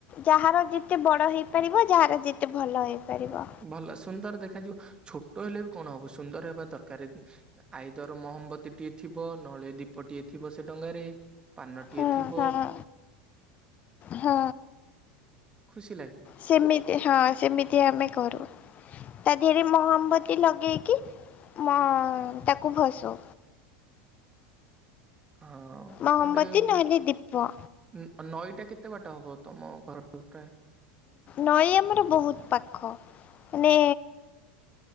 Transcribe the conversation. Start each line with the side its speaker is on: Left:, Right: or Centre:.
Left: ଯାହାର ଜିତେ ବଡ ହେଇପାରିବ ଯାହାର ଯେତେ ଭଲ ହେ ପାରିବ।
Right: ଭଲ ସୁନ୍ଦର ଦେଖାଯିବ ଛୋଟ ହେଲେ ବି କଣ ହବ ସୁନ୍ଦର ହେବା ଦରକାର। ଆଇଦର ମହମ୍ବତୀ ଟି ଥିବ ନହେଲେ ଦୀପଟିଏ ଥିବ ସେ ଡଙ୍ଗାରେ। ପାନଟିଏ
Left: ହଁ
Right: ଥିବ
Left: ହଁ ହଁ
Right: ଖୁସି ଲାଗେ
Left: ସେମି ତି ହଁ ସେମିତି ଆମେ କରୁ ତା ଦେହରେ ମହମ୍ବତୀ ଲଗେଇକି ମ ତାକୁ ଭସଉ।
Right: ହଁ
Left: ମହମବତୀ
Right: ଗୋଟେ ହୁଏ
Left: ନହେଲେ ଦୀପ
Right: ନଈଟା କେ ତେ ବାଟ ହେବ ତମ ଘରଠୁ ପ୍ରାୟ?
Left: ନଈ ଆମର ବହୁତ ପାଖ ମାନେ